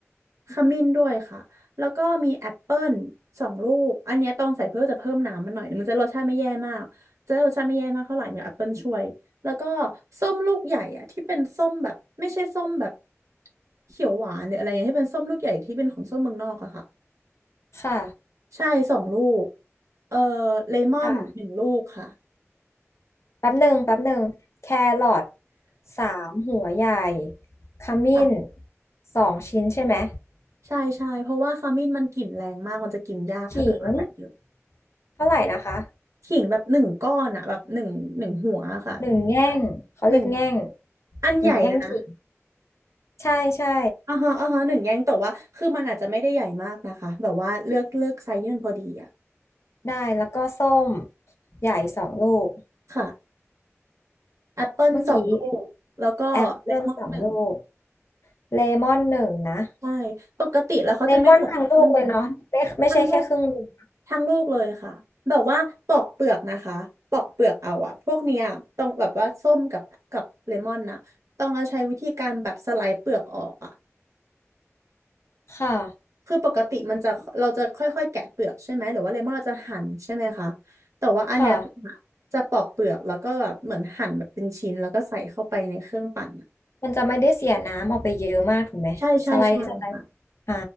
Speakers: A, on the right (about 80°); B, on the left (about 60°).
A: ขมิ้นด้วยค่ะแล้วก็มีแอปเปิลสองลูกอันเนี้ยต้องใส่เพื่อจะเพิ่มน้ำมันหน่อยมันจะรสชาติไม่แย่มากจะรสชาติไม่แย่มากเท่าไหร่มีแอปเปิลช่วยแล้วก็ส้มลูกใหญ่อ่ะที่เป็นส้มแบบไม่ใช่ส้มแบบเขียวหวานหรืออะไรเงี้ยที่เป็นส้มลูกใหญ่ที่เป็นของส้มเมืองนอกอะค่ะ
B: ค่ะ
A: ใช่สองลูกเอ่อเลมอนหนึ่งลูกค่
B: ค่ะแป๊บหนึ่งแป๊บหนึ่งแครอทสามหัวใหญ่ขมิ้น
A: ะ
B: สองชิ้นใช่ไหม
A: ใช่ใช่เพราะว่าขมิ้นมันกลิ่นแรงมากมันจะกินยากถ้าเกิดว่าใส่เยอะ
B: ขิงเท่าไหร่นะคะ
A: ขิงแบบหนึ่งก้อนอะแบบหนึ่งหนึ่งหัวอะค่ะ
B: หนึ่งแง่งเขาเรียกแง่ง
A: หนึ่งอันใหญ่อะนะ
B: หนึ่งแง่งขิง ใช่ใช่
A: อ่าฮะอ่าฮะหนึ่งแยงแต่ว่าคือมันอาจจะไม่ได้ใหญ่มากนะคะแบบว่าเลือกเลือกไซส์ที่มันพอดีอะ
B: ได้ แล้วก็ส้มใหญ่สองลูก
A: ค่ะแอปเปิลสองลูกแล้วก็เลมอนหนึ่ง
B: เมื่อกี้แอปเปิลสองลูก เลมอนหนึ่งนะ
A: ใช่ปกติแล้วเขาจะไม่ใส่แอปเปิลกัน
B: เลมอนทั้งลูกเลยเนาะไม่ไม่ใช่แค่ครึ่งหนึ่ง
A: ทั้งลูก ทั้งลูกเลยค่ะแบบว่าปอกเปลือกนะคะปอกเปลือกเอาอะพวกเนี้ยต้องแบบว่าส้มกับกับเลมอนนะต้องเอาใช้วิธีการแบบสไลด์เปลือกออกอะ
B: ค่ะ
A: คือปกติมันจะเราจะค่อยๆแกะเปลือกใช่ไหมหรือว่าเลมอนเราจะหั่นใช่ไหมคะแต่ว่าอันเนี้ย
B: ค่ะ
A: จะปอกเปลือกแล้วก็แบบเหมือนหั่นแบบเป็นชิ้นแล้วก็ใส่เข้าไปในเครื่องปั่นอะ
B: มันจะไม่ได้เสียน้ำออกไปเยอะมากถูกไหมสไลด์สไลด์อ่า
A: ใช่ใช่ใช่ค่ะ